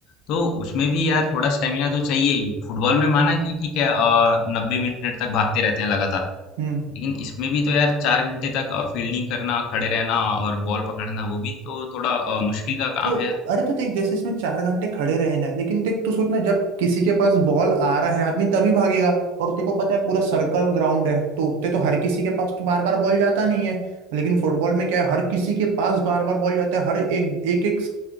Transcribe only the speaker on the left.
तो उसमें भी यार थोड़ा स्टेमिना तो चाहिए ही फुटबॉल में माना कि ठीक है और नब्बे मिनट तक भागते रहते हैं लगातार
लेकिन इसमें भी तो यार चार घंटे तक फील्डिंग करना खड़े रहना और बॉल पकड़ना वो भी तो थोड़ा अ, मुश्किल का काम
है यार